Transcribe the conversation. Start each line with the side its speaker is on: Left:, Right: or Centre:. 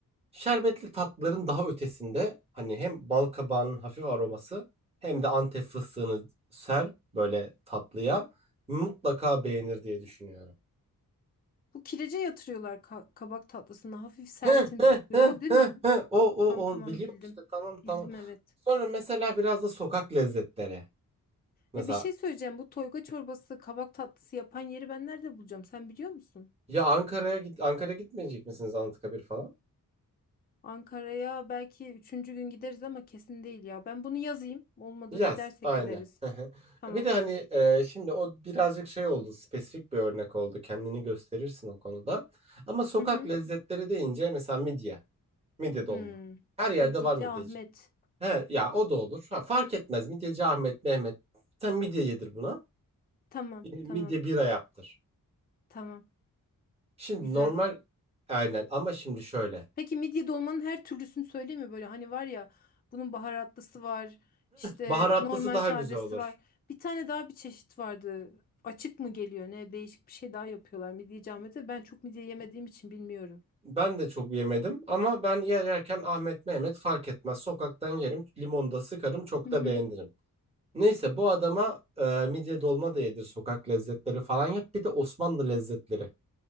Right: Şerbetli tatlıların daha ötesinde hani hem bal kabağının hafif aroması hem de Antep fıstığını ser böyle tatlıya. Mutlaka beğenir diye düşünüyorum.
Left: Bu kirece yatırıyorlar ka- kabak tatlısına. Hafif sertimsi
Right: Hı hı
Left: oluyor.
Right: hı
Left: O değil
Right: hı
Left: mi?
Right: hı. O o
Left: Tamam tamam
Right: o biliyorum
Left: bildim.
Right: işte tamam
Left: Bildim
Right: tamam.
Left: evet.
Right: Sonra mesela biraz da sokak lezzetleri. Mesela
Left: E bir şey söyleyeceğim. Bu toyga çorbası, kabak tatlısı yapan yeri ben nerede bulacağım? Sen biliyor musun?
Right: ya Ankara'ya git Ankara'ya gitmeyecek misiniz Anıtkabir falan?
Left: Ankara'ya belki üçüncü gün gideriz ama kesin değil ya. Ben bunu yazayım. Olmadı
Right: Yaz
Left: gidersek
Right: aynen.
Left: gideriz.
Right: Hı hı.
Left: Tamam.
Right: E, Bir de hani e, şimdi o birazcık şey oldu spesifik bir örnek oldu kendini gösterirsin o konuda. Ama sokak
Left: Hı hı.
Right: lezzetleri deyince mesela midye, midye dolma.
Left: Hmm.
Right: Her yerde
Left: Midyeci
Right: var midyeci.
Left: Ahmet.
Right: He, ya o da olur. Ha, fark etmez midyeci Ahmet, Mehmet. Sen midye yedir buna.
Left: Tamam,
Right: E, Midye
Left: tamam,
Right: bira yaptır.
Left: tamam.
Right: Şimdi
Left: Güzel.
Right: normal aynen ama şimdi şöyle.
Left: Peki midye dolmanın her türlüsünü söyleyeyim mi? Böyle hani var ya bunun baharatlısı var, işte
Right: Baharatlısı
Left: normal
Right: daha
Left: sadesi
Right: güzel olur.
Left: var. Bir tane daha bir çeşit vardı. Açık mı geliyor ne? Değişik bir şey daha yapıyorlar midye camide. Ben çok midye yemediğim için bilmiyorum.
Right: Ben de çok yemedim ama ben yer yerken Ahmet Mehmet fark etmez. Sokaktan yerim, limonda sıkarım, çok
Left: Hı hı.
Right: da beğenirim. Neyse bu adama e, midye dolma da yedir, sokak lezzetleri falan yap. Bir de Osmanlı lezzetleri.